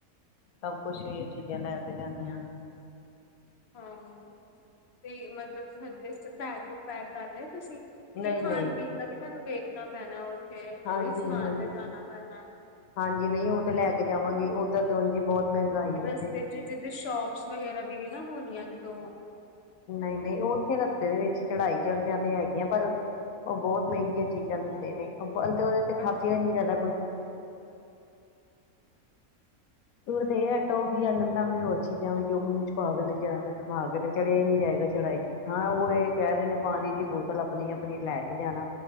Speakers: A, on the left; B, on the left.
A: ਸਭ ਕੁੱਛ ਇਹ ਚੀਜ਼ਾਂ ਲੈ ਕੇ ਜਾਂਦੇ ਆਂ।
B: ਹਾਂ ਅ। ਤੇ ਮਤਲਬ ਹਜੇ ਬੈਗ ਬੂਗ ਪੈਗ ਕਰ ਲਏ ਤੁਸੀਂ ਕਿਉਕਿ
A: ਨਹੀਂ
B: ਖਾਣ
A: ਨਹੀਂ
B: ਪੀਣ ਦਾ ਵੀ ਤੁਹਾਨੂੰ ਵੇਖਣਾ। ਪੈਣਾ ਉੱਥੇ ਉਹ
A: ਹਾਂਜੀ
B: ਵੀ ਸਮਾਨ
A: ਹਾਂਜੀ
B: ਤੇ ਜਾਣਾ ਪੈਣਾ।
A: ਹਾਂਜੀ ਨਹੀਂ ਉਹ ਤੇ ਲੈ ਕੇ ਜਾਵਾਂਗੀ ਉੱਧਰ ਤੋਂ ਜੀ ਬਹੁਤ। ਮਹਿੰਗਾਈ
B: ਰਸਤੇ
A: ਹੈ ਤੇ
B: ਚ ਜਿੱਦਰ ਸ਼ੋਪਸ ਵਗੈਰਾ ਵੀ ਨ ਨਾ ਹੋਣੀਆਂ। ਜਦੋਂ
A: ਨਹੀਂ ਨਹੀਂ ਉਹ ਉੱਥੇ ਰਸਤੇ ਦੇ ਵਿੱਚ ਚੜ੍ਹਾਈ ਚੜਦਿਆਂ ਤੇ ਹੈਗੀਆਂ ਪਰ। ਉਹ ਬਹੁਤ ਮਹਿੰਗੀਆਂ ਚੀਜ਼ਾਂ ਦਿੰਦੇ ਨੇ ਉਹ ਬਦੇ ਉਹਦੇ ਤੇ ਖਾਧਿਆ
B: ਅੱਛਾ
A: ਨੀ ਜ਼ਿਆਦਾ ਕੁਛ। ਉਹਨੂੰ ਤੇ ਇਹ ਹ ਵੀ ਟੋਫੀਆਂ ਲੈ ਲਓ। ਐਵੇਂ ਵੀ ਹੋਰ ਚੀਜ਼ਾਂ ਜੋ ਮੂੰਹ ਚ ਪਾ ਕੇ ਆ ਕੇ ਤੇ ਚੜਿਆ ਹੀ ਨੀ ਜਾਏਗਾ ਚੜਾਈ। ਹਾਂ ਉਹ ਇਹ ਕਹਿ ਰਹੇ ਨੇ ਪਾਣੀ ਦੀ ਬੋਤਲ ਆਪਣੀ ਆਪਣੀ ਲੈ ਕੇ ਜਾਣਾ।